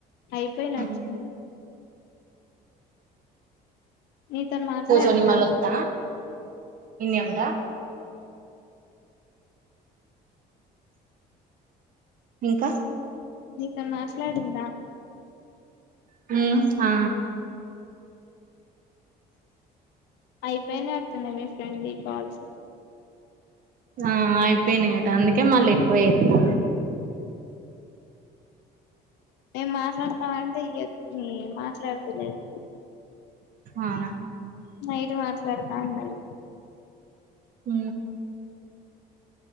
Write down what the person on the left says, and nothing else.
అయిపోయి నచ్చుతుంది
నీతోని మాట్లాడిందా
నతను మాట్లాడిందా
అయిపోయిన అడుతున్నాయి మీ ఫ్రెండ్ ఈ కాల్స్
మేం మాట్లాడతాం అంటే మాట్లాడతే లేదు
నైరు మాట్లాడతా ఉన్నాయి